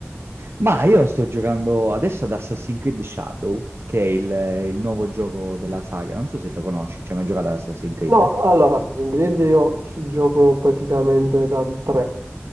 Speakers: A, on the right; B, on the right.
A: Ma io sto giocando adesso ad Assassin's Creed Shadow, che è il, il nuovo gioco della saga. Non so se lo conosci, cioè mai giocato ad Assassin's Creed?
B: No, allora, Assassin's Creed io ci gioco praticamente dal 3.